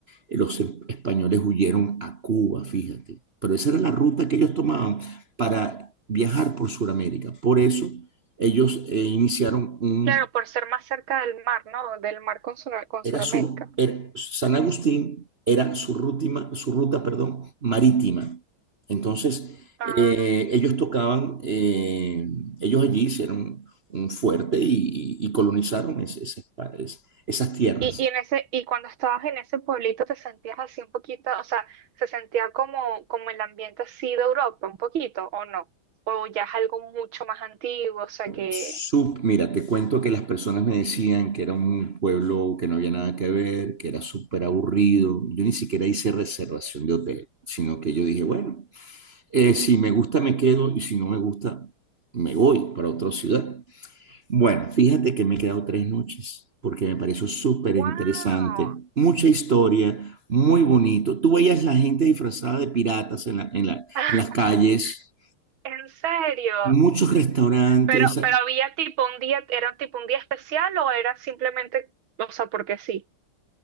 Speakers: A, on the right; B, on the right.
A: eh, los e- españoles huyeron a Cuba, fíjate. Pero esa era la ruta que ellos tomaban para viajar por Sudamérica. Por eso ellos eh, iniciaron un
B: claro, por ser más cerca del mar, ¿no? Del mar con, Sura- con
A: era
B: Sudamérica.
A: su, era, San Agustín era su, rutima, su ruta perdón, marítima. Entonces,
B: Ah.
A: eh, ellos tocaban, eh, ellos allí hicieron un fuerte y, y colonizaron ese, ese, esas tierras.
B: Y, y, en ese, y cuando estabas en ese pueblito te sentías así un poquito, o sea, se sentía como, como el ambiente así de Europa, un poquito, ¿o no? O ya es algo mucho más antiguo, o sea que,
A: Sub, mira, te cuento que las personas me decían que era un pueblo que no había nada que ver, que era súper aburrido. Yo ni siquiera hice reservación de hotel, sino que yo dije, bueno, Eh, si me gusta, me quedo y si no me gusta, me voy para otra ciudad. Bueno, fíjate que me he quedado tres noches porque me pareció súper
B: wow,
A: interesante, mucha historia, muy bonito. Tú veías la gente disfrazada de piratas en, la- en la-
B: <laughs>
A: en las calles,
B: en serio.
A: muchos restaurantes,
B: Pero, pero había tipo un día, era tipo un día especial o era simplemente, o sea, porque sí.